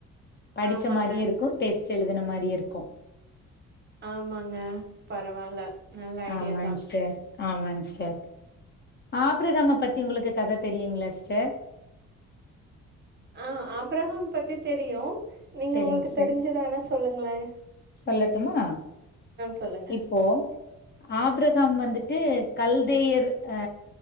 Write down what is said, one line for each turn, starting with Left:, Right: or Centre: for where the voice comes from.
Left: படிச்ச
Right: ஆமாங்க
Left: மாரியு இருக்கூ டெஸ்ட் எழுதுன மாரியு இருக்கூ
Right: ஆமாங்க பரவால்ல நல்ல ஐடியா
Left: ஆமாங்ஸ்டர்
Right: தான்.
Left: ஆமாங்ஸ்டர் ஆப்ரகாம பத்தி உங்களுக்கு கத தெரியுங்ளாஸ்டர்
Right: ஆ ஆப்ரஹாம் பத்தி தெரியு நீங்க
Left: சரிங்க
Right: உங்களுக்கு
Left: சிஸ்டர்.
Right: தெரிஞ்சத வேணா சொல்லுங்ளே
Left: சொல்லட்டுமா
Right: சொல்லுங்க.
Left: இப்போ ஆப்ரஹாம் வந்துட் டு கல்தேயர் அ